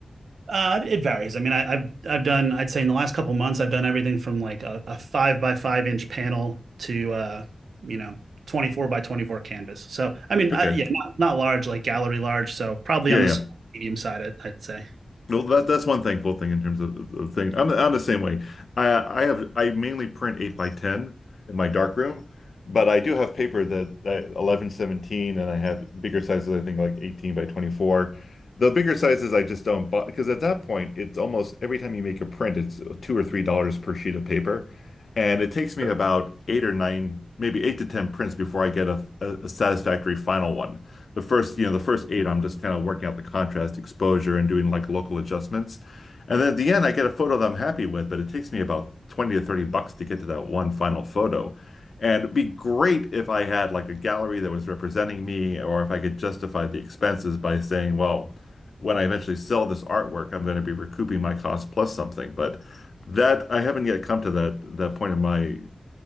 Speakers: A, on the right; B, on the left.
A: Uh, it varies. I mean, I, I've I've done I'd say in the last couple of months I've done everything from like a, a five by five inch panel to uh, you know 24 by 24 canvas. So I mean,
B: Okay.
A: I, yeah, not, not large like gallery large. So probably
B: Yeah,
A: on
B: yeah.
A: the small, medium side, I'd I'd say.
B: Well, that that's one thankful thing in terms of, of things. I'm I'm the same way. I I have I mainly print eight by ten in my darkroom, but I do have paper that, that eleven seventeen, and I have bigger sizes. I think like eighteen by twenty four. The bigger sizes I just don't buy because at that point it's almost every time you make a print it's two or three dollars per sheet of paper, and it takes me
A: for
B: about eight or nine, maybe eight to ten prints before I get a, a, a satisfactory final one the first, you know, the first eight, I'm just kind of working out the contrast, exposure, and doing like local adjustments. And then at the end, I get a photo that I'm happy with, but it takes me about 20 to 30 bucks to get to that one final photo. And it'd be great if I had like a gallery that was representing me, or if I could justify the expenses by saying, well, when I eventually sell this artwork, I'm going to be recouping my cost plus something. But that I haven't yet come to that that point in my